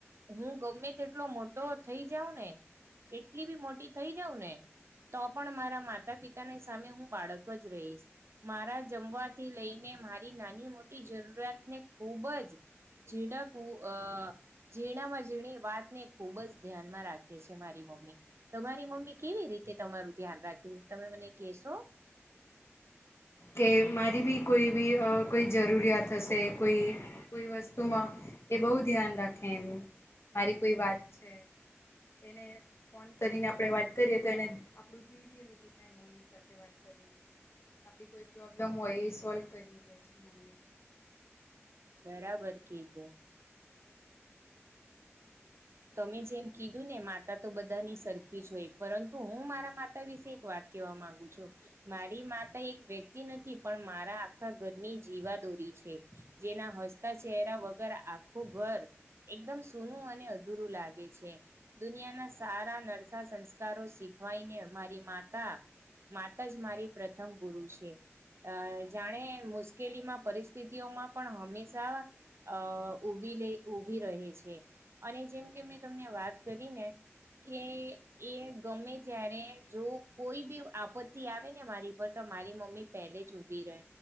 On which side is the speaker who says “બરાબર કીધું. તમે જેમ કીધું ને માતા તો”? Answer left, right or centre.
Right